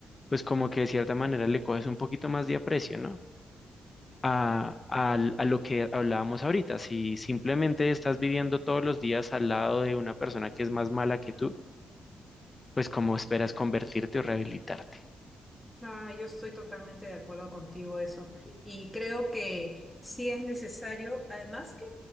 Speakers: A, on the left; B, in the centre.
A: pues como que de cierta manera le coges un poquito más de aprecio, ¿no? a, al- a lo que hablábamos ahorita. Si simplemente estás viviendo todos los días al lado de una persona que es más mala que tú, pues ¿cómo esperas convertirte o rehabilitarte?
B: Ah, yo estoy totalmente de acuerdo contigo eso. Y creo que sí es necesario, además que